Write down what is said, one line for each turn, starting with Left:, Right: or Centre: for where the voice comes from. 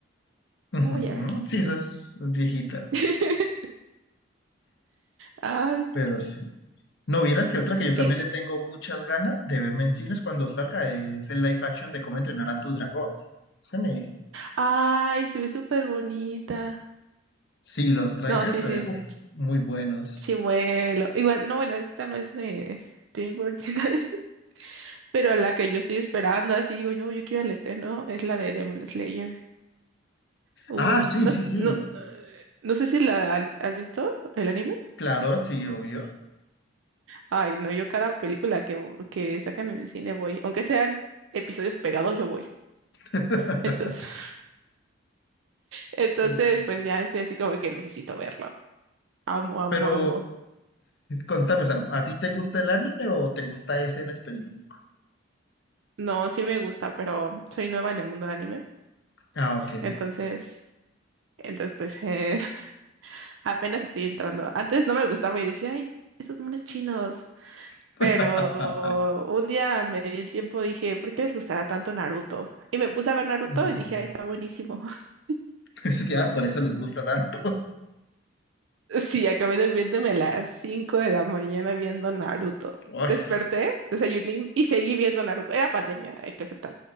Left: Ujú,
Right: La voy a ver.
Left: Sí, esa es viejita,
Right: <laughs> Ay,
Left: pero sí. No vieras que otra que yo también
Right: y-
Left: le tengo muchas ganas de verme en cines cuando salga es el live action de cómo entrenar a tu dragón. Se me...
Right: ay, se ve súper bonita.
Left: Sí, los trailers,
Right: No, sí, sí.
Left: a ver, uf, muy buenos.
Right: Chimuelo. Igual, no, bueno, esta no es de DreamWorks, <laughs> sino es- Pero la que yo estoy esperando, así digo, no, yo quiero el estreno, es la de Demon Slayer. Uy,
Left: Ah, sí,
Right: no,
Left: sí,
Right: s-
Left: sí.
Right: no, eh, no sé si la al- has visto, el anime.
Left: Claro, sí, obvio.
Right: Ay, no, yo cada película que, vo- que sacan en el cine voy. Aunque sean episodios pegados, yo voy.
Left: <laughs>
Right: Entonces, <laughs> entonces,
Left: Ok.
Right: pues ya es así como que necesito verlo. Amo, amo,
Left: Pero
Right: amo.
Left: contame, o sea, ¿a ti te gusta el anime o te gusta ese en específico?
Right: No, sí me gusta, pero soy nueva en el mundo del anime.
Left: Ah, ok.
Right: Entonces, entonces pues... eh, Apenas estoy entrando. Antes no me gustaba y decía, ay, esos monos chinos.
Left: <laughs>
Right: Pero un día me di el tiempo, dije, ¿por qué les gustará tanto Naruto? Y me puse a ver Naruto
Left: Ujú.
Right: y dije, ay, está buenísimo. <laughs>
Left: Es que ah, por eso les gusta tanto.
Right: Sí, acabé durmiéndome a las 5 de la mañana viendo Naruto.
Left: Ay,
Right: Desperté, desayuné y seguí viendo Naruto. Era pandemia, hay que aceptar.